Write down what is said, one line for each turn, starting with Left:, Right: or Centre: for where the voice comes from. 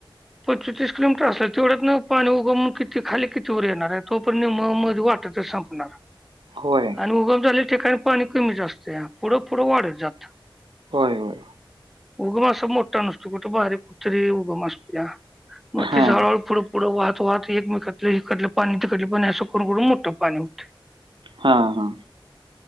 Centre: पचतीस किलोमीटर असलं तेवढ्यात पाणी उगम किती खाली किती वर येणार आहे तोपर्यंत निम्म मधे वाटतच संपणार
Right: होय.
Centre: आणि उगम झाले ठिकाणी पाणी कमीच असतयं पुढं पुढं वाढत जात
Right: होय, होय.
Centre: उगम असं मोठा नसतो कुठे बारीक कुठतरी उगम असतोय मग
Right: हां.
Centre: तेच हळूहळू पुढं पुढं वाहत वाहत एकमेकातलं हिकडल पाणी तिकडलं पाणी असं करून करून मोठं पाणी होतंय
Right: हा हा